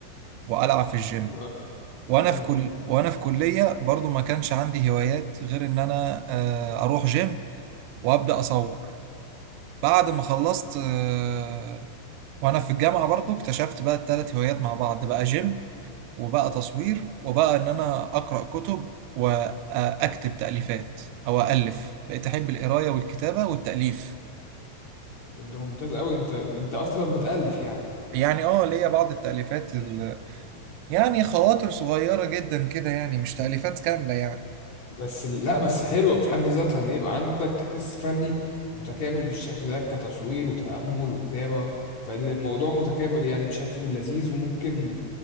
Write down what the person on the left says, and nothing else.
حلو قوي
حلو
حلو
طب ده ممتاز قوي انت انت اصلا بتألف يعني
بس لا بس حلوة في حد ذاتها ان يبقى عندك حس فني متكامل بالشكل ده كتصوير وتأمل وكتابة فالموضوع متكامل يعني بشكل لذيذ وممكن